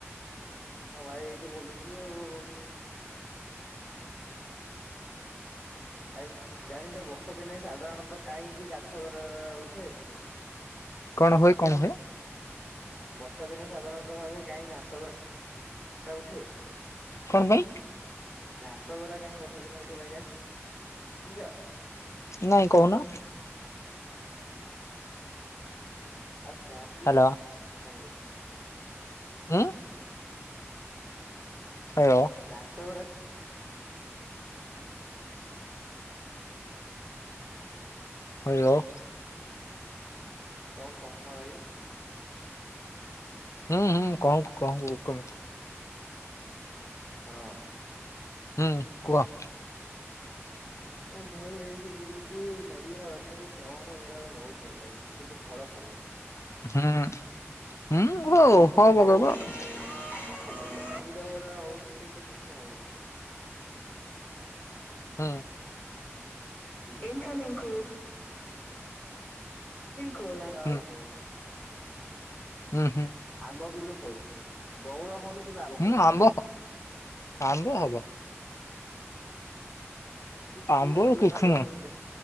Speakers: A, on the left; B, on the left.
A: ଆଉ ଭାଇ ଏଇଠି ବୁଲୁଛି ଆଉ। ଭାଇ ଜାଣିଛ ବର୍ଷା ଦିନେ ସାଧାରଣତଃ କାହିଁକି ଗାଛଗୁରା ଉଠେ।
B: କଣ ହୁଏ କଣ ହୁଏ?
A: ବର୍ଷା ଦିନେ ସାଧାରଣତଃ ଭାବେ କାହିଁ ଘାସ ଗୁରା ଉଠେ।
B: କଣ ପାଇଁ?
A: ଘାସ ଗୁରା କାହିଁ ବର୍ଷା ଦିନେ ଉଠେ ଭାଇ ଜାଣିଚ।
B: ନାଇଁ କହୁନ।
A: ହ ଆସ କୁହ <inaudible>
B: ହ୍ୟାଲୋ।
A: ମୁ <inaudible>
B: ଉଁ ହାଲୋ।
A: ଘାସ ଗୁରା
B: ହ୍ୟାଲୋ।
A: କଣ କହୁନା ଭାଇ?
B: ହୁଁ ହୁଁ କହୁଚି କହୁଚି ଗୋଟେ ମିଣ୍ଟି।
A: ହଁ।
B: ହୁଁ କୁହ?
A: ଆଉ ଭାଇ ଏଇଠି ବୁଲୁଚି ନଡିଆ ଗଛରେ ଚଅଁର ଗୁରାକ ବହୁତ ହେଲା ଏଇଠି କିନ୍ତୁ ଫଳ ଫଳୁନି।
B: ହୁଁ ହୁଁ ଗୋଟେ
A: ଇଏ
B: <inaudible>
A: ଖାଲି
B: ଆଉ
A: <unintelligible> ହଉଛି କିନ୍ତୁ କିଛି ହଉନି
B: ହୁଁ।
A: ଇନ୍ମି ଫଥଥ କୋ <unintelligible>
B: ହୁଁ ହୁଁ ହୁଁ।
A: ଆମ୍ବ କିନ୍ତୁ ଫଳୁଛି ବଉଳ ହଉନି କିନ୍ତୁ ଫଳୁଛି
B: ହୁଁ ଆମ୍ବ ଆମ୍ବ ହବ। ଆମ୍ବ
A: ଆାଇ ତାପରେ
B: କିଛି
A: ଢଗ
B: ନୁହଁ
A: ଶୁଣି